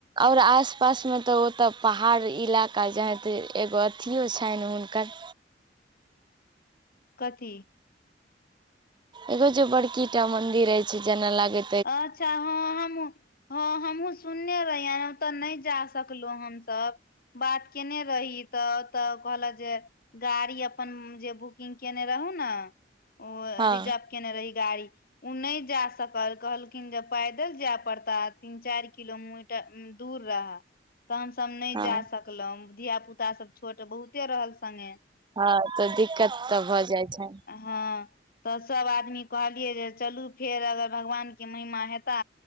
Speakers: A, on the right; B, on the left.
A: आओर आस पास मे तऽ ओतय पहाड़ इलाका जेहन त एगो अथिओ छनि हुनकर
B: कथी
A: एगो जे बड़की टा मंदिर अछि जेना लागे
B: अच्छा हँ हम हँ हमहूँ सुनने रहियै ओतऽ नय जा सकलौं हमसब बात केने रही तऽ तऽ कहलक जे गाड़ी अपन जे बुकिंग केने रहौ ने ओ
A: हँ
B: रिजप केने रही गाड़ी ओ नर जा सक कहलखिन जे पैदल जाय पड़ता तीन चारि किलोमीटर दूर रहैऽ तहन सभ नय
A: हँ
B: जा सकलौं धिया पुता सभ छोट बहुते रहल सङ्गे
A: हँ तऽ दिक्कत तऽ भऽ जाइ छै
B: हँ तऽ सब आदमी कहलियै जे चलू फेर अगर भगवान के महिमा हेता